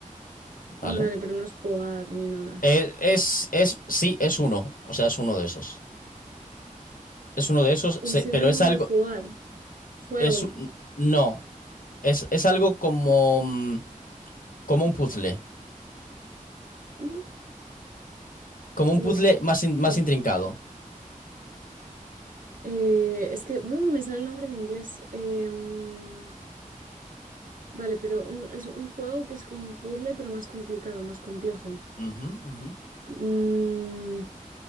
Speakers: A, on the left; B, on the right.
A: ¿vale?
B: Vale, pero no es jugar ni nada.
A: Eh, Es, es, sí, es uno, o sea, es uno de esos. Es uno de esos,
B: Un
A: se-
B: sinónimo
A: pero es algo,
B: de jugar, juego.
A: es, un- no, es, es algo como, mm, como un puzzle,
B: Mm,
A: como un
B: u-
A: puzzle más, in- más
B: ¿cómo?
A: intrincado.
B: Eh, es que buh, me sale el nombre en inglés. Eh, mm, vale, pero un- es un juego que es como un puzzle, pero más complicado, más complejo.
A: Ujú, ujú.
B: Mm,